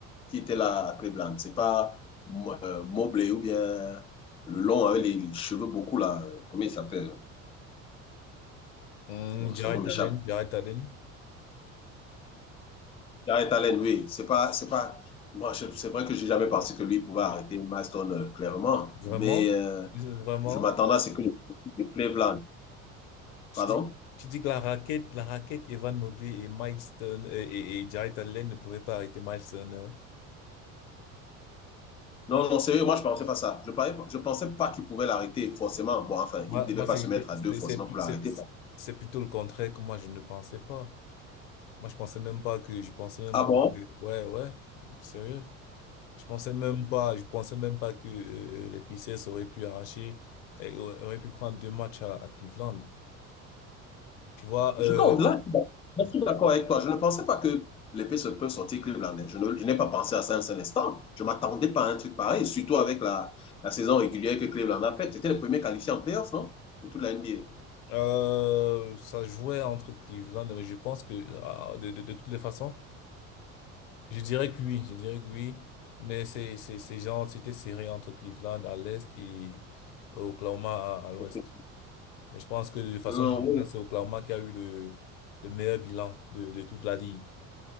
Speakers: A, on the left; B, on the left.
A: qui était là à Cleveland. C'est pas euh, Mobley ou bien le long avec les cheveux beaucoup là. euh, Comment il s'appelle
B: Hmm,
A: bon,
B: Jarrett
A: Son nom m'échappe.
B: Allen, Jarrett Allen,
A: Jared Allen, oui. C'est pas, c'est pas. Moi, je- c'est vrai que j'ai jamais pensé que lui pouvait arrêter Maston euh, clairement,
B: vraiment,
A: mais euh,
B: vraiment.
A: je m'attendais à ce que le le Cleveland.
B: Tu
A: Pardon.
B: dis, tu dis que la raquette, la raquette Evan Mobley et Miles Turner- et, et, et Jarrett Allen ne pouvaient pas arrêter Miles Turner.
A: Non, non, sérieux, moi je pensais pas ça. Je parlais, je pensais pas qu'il pouvait l'arrêter forcément. Bon, enfin,
B: Moi,
A: il ne devait
B: moi, c'est,
A: pas se mettre
B: c'est,
A: à
B: c'est,
A: deux forcément
B: c'est plus-
A: pour l'arrêter.
B: c'est- c'est plutôt le contraire que moi je ne pensais pas. Moi, je pensais même pas que, je pensais même
A: Ah
B: pas
A: bon?
B: que, ouais, ouais, sérieux. Je pensais même pas, je pensais même pas que euh, euh, les Pacers auraient pu arracher, et auraient pu prendre deux matchs à, à Cleveland. Tu vois,
A: Je,
B: euh,
A: non, là, je suis d'accord avec toi. Je ne pensais pas que l'épée se peut sortir Clevelandais. Je ne- je n'ai pas pensé à ça un seul instant. Je ne m'attendais pas à un truc pareil, surtout avec la, la saison régulière que Cleveland a faite. C'était le premier qualifié en playoff, non? De toute la NBA.
B: euh, ça jouait entre Cleveland, mais je pense que, ah, de, de, de toutes les façons, je dirais que oui, je dirais que oui, mais c'est, c'est, c'est genre, c'était serré entre Cleveland à l'est et Oklahoma à, à l'ouest.
A: Donc, euh,
B: Mais je pense que de façon
A: Non,
B: générale,
A: oui.
B: c'est Oklahoma qui a eu le, le meilleur bilan de, de toute la ligue.